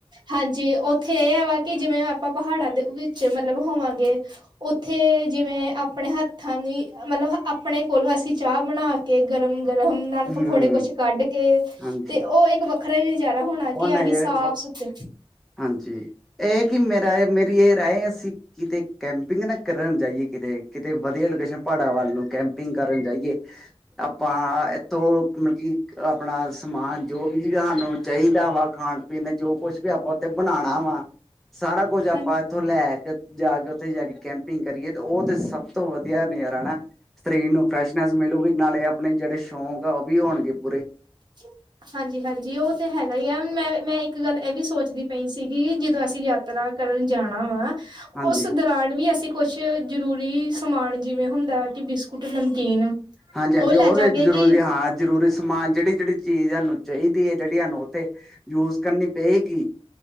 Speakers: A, on the right; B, in the centre.
A: ਹਾਂਜੀ ਔਹ ਉਥੇ ਏਹ ਹੈਵਾ ਕਿ, ਜਿਵੇਂ ਆਪਾਂ ਪਹਾੜਾਂ ਦੇ ਵਿੱਚ ਮਤਲਬ ਹੋਵਾਂਗੇ ਉਥੇ ਜਿਵੇਂ ਆਪਣੇ ਹੱਥਾਂ ਦੀ ਮਤਲਬ, ਆਪਣੇ ਕੋਲੋਂ ਅਸੀ ਚਾਅ ਬਣਾ ਕੇ ਗਰਮ- ਗਰਮ ਨਾਲ
B: ਹਮ
A: ਪਕੌੜੇ, ਕੁਛ ਕੱਢ ਕੇ,
B: ਹਾਂਜੀ
A: ਤੇ ਉਹ ਇੱਕ ਵ ਵੱਖਰਾ ਈ ਨਜ਼ਾਰਾ ਹੋਣਾ
B: ਉਹ
A: ਕਿ
B: ਨਹੀਂ
A: ਅਹੀ ਸਾਫ਼- ਸੁਥ
B: ਹਾਂਜੀ। ਏਹ ਕਿ ਮੇਰਾ ਏ ਮੇਰੀ ਏਹ ਰਾਏ, ਅਸੀ ਕਿਤੇ, ਕੈਂਪਿੰਗ ਨਾ ਕਰਨ ਜਾਈਯੇ ਕਿਤੇ, ਕਿਤੇ ਵਧੀਆ ਲੋਕੇਸ਼ਨ ਪਾੜਾਂ ਵੱਲ ਨੂੰ, ਕੈਂਪਿੰਗ ਕਰਨ ਜਾਈਯੇ। ਆਪਾਂ, ਏਤੋਂ ਮਤਲ ਕਿ ਆਪਣਾ ਸਮਾਨ ਜੋ ਵੀ ਸਾਨੂੰ ਚਾਹੀਦਾ ਵਾ, ਖਾਣ- ਪੀਣ ਜੋ ਕੁਛ ਵੀ ਆਪਾਂ ਉਥੇ ਬਣਾਣਾ ਵਾ ਸਾਰਾ ਕੁੱਝ
A: ਹਾਂਜੀ-ਹਾਂਜੀ-ਹਾਂਜੀ
B: ਆਪਾਂ ਇੱਥੋਂ ਲੈ ਕੇ ਜਾ ਕੇ ਉਥੇ ਜਾ ਕੇ ਕੈਂਪਿੰਗ ਕਰੀਏ ਤੇ ਉਹ ਤੇ ਸਭ ਤੋਂ ਵਧੀਯਾ ਨਜ਼ਾਰਾ ਨਾ। ਸਰੀਰ ਨੂੰ ਫਰੈਸ਼ਨੈਸ ਮਿਲੂਗੀ, ਨਾਲੇ ਆਪਣੇ ਜੇੜੇ ਸ਼ੌਂਕ ਆ ਉਹ ਵੀ ਹੋਣਗੇ ਪੂਰੇ।
A: <inaudible> ਹਾਂਜੀ-ਹਾਂਜੀ ਉਹ ਤੇ ਹੈਗਾ ਈ ਆ, ਮੈਂ- ਮੈਂ ਇੱਕ ਗੱਲ ਏਹ ਵੀ ਸੋਚਦੀ ਪਈ ਸੀਗੀ, ਜਦੋਂ ਅਸੀ ਯ ਤਰਾ ਕਰਨ ਜਾਣਾ ਵਾ,
B: ਹਾਂਜੀ
A: ਉਸ ਦੌਰਾਨ ਵੀ ਅਸੀ ਕੁਛ ਜਰੂਰੀ ਸ ਮਾਨ ਜਿਵੇਂ ਹੁੰਦਾ ਕਿ ਬਿਸਕੁਟ- ਨਮਕੀਨ
B: ਹਾਂਜੀ-
A: ਉਹ
B: ਹਾਂਜੀ।
A: ਲੈ
B: ਹੋਰ
A: ਜਾਂਗੇ
B: ਏਹ ਜ਼ਰੂਰੀ
A: ਕਿ
B: ਹਾਂ ਜ਼ਰੂਰੀ ਸਮਾਨ ਜੇੜੀ- ਜੇੜੀ ਚੀਜ਼ ਹਾਨੂੰ ਚਾਹੀਦੀ ਏ ਜੇੜੀ ਹਾਨੂੰ ਉਥੇ ਜੁਸ ਕਰਨੀ ਪਏਗੀ,